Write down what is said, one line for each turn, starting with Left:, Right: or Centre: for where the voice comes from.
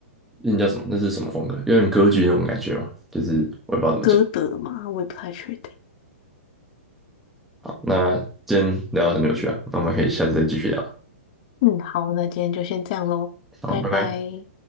Centre: 那叫什么？那是什么风格？有点歌剧那种感觉嘛，就是我也不知道怎么讲。
Left: 歌德嘛，我也不太确定。
Centre: 那今天聊得很有趣啊，那我们可以下次再继续聊。
Left: 嗯，好，那今天就先这样喽，
Centre: 好，
Left: 拜拜。
Centre: 拜拜。